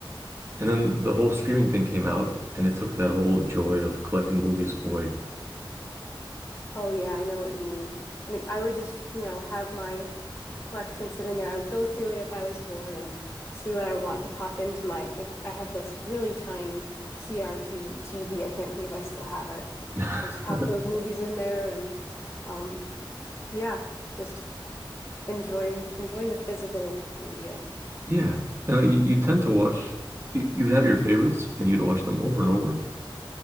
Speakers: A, on the right (about 30°); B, on the left (about 30°).
A: And then the whole streaming thing came out, and it took that whole joy of collecting movies away.
B: Oh yeah, I know what you mean. I mean, I would just, you know, have my collection sitting there. I would go through it if I was bored and see what I would want to pop into my. It, I have this really tiny CRT TV. I can't believe I still have it.
A: <laughs>
B: I just pop those movies in there and um yeah, just enjoying enjoying the physical media.
A: Yeah. And like, you, you tend to watch, you, you'd have your favorites, and you'd watch them over and over